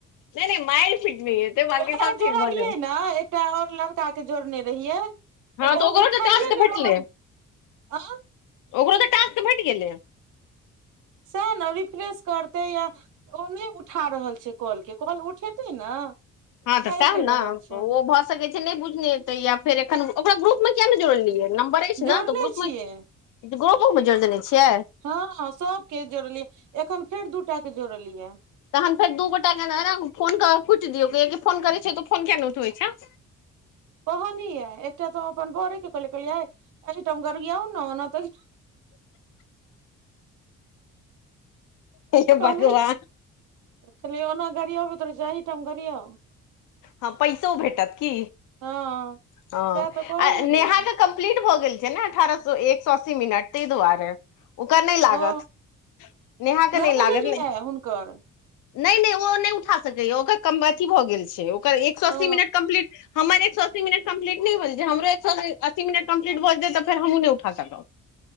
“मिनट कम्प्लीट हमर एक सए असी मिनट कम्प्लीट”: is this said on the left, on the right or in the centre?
Left